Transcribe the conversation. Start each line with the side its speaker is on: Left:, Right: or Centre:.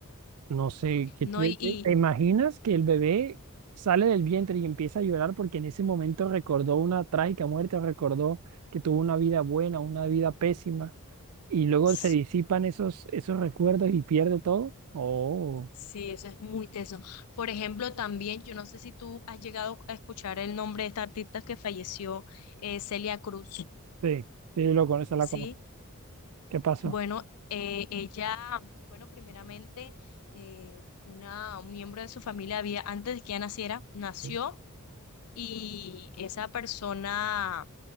Right: no sé, ¿qué
Left: no,
Right: te,
Left: y,
Right: te-
Left: y
Right: te imaginas que el bebé sale del vientre y empieza a llorar porque en ese momento recordó una trágica muerte, recordó que tuvo una vida buena, una vida pésima, y luego
Left: sí,
Right: se disipan esos, esos recuerdos y pierde todo? Oh,
Left: sí, eso es muy teso. Por ejemplo, también, yo no sé si tú has llegado a escuchar el nombre de esta artista que falleció, eh, Celia Cruz,
Right: sí, sí, lo con la
Left: ¿sí?
Right: conozco. ¿Qué pasó?
Left: Bueno, eh, ella, bueno, primeramente, eh, una, un miembro de su familia había, antes de que ella naciera, nació
Right: Sí,
Left: y esa persona,